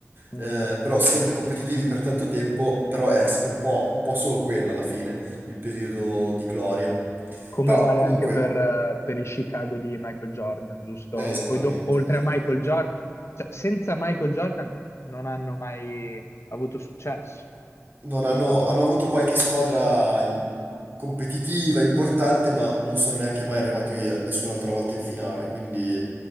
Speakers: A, on the left; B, on the right.
A: Mhm.
B: eh, però sempre competitivi per tanto tempo, però era stato un po', un po' solo quello alla fine, il periodo di gloria.
A: Come
B: Però
A: vale
B: comunque,
A: anche per, eh, per i Chicago di Michael Jordan, giusto?
B: eh, esattamente,
A: Poi dopo, oltre
B: esattamente.
A: a Michael Jordan, cioè, senza Michael Jordan non hanno mai avuto successo.
B: non hanno,
A: O sbaglio?
B: hanno avuto qualche squadra in- competitiva, importante, ma non sono neanche mai arrivati a- nessun'altra volta in finale. Quindi